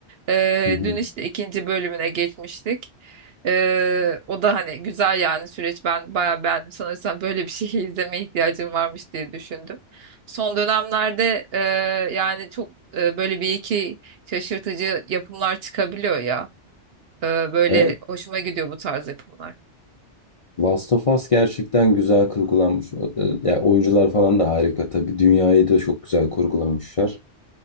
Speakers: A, on the right (about 60°); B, on the left (about 40°).
A: Ee,
B: Hı hı.
A: dün işte ikinci bölümüne geçmiştik. Ee, o da hani güzel yani süreç ben bayağı beğendim. Sanırsam böyle bir şey <laughs> izlemeye ihtiyacım varmış diye düşündüm. Son dönemlerde e, yani çok e, böyle bir iki şaşırtıcı yapımlar çıkabiliyor ya. Ee, böyle
B: Evet,
A: hoşuma gidiyor bu tarz yapımlar.
B: Last of Us gerçekten güzel kurgulanmış. E, Ya oyuncular falan da harika tabii. Dünyayı da çok güzel kurgulamışlar.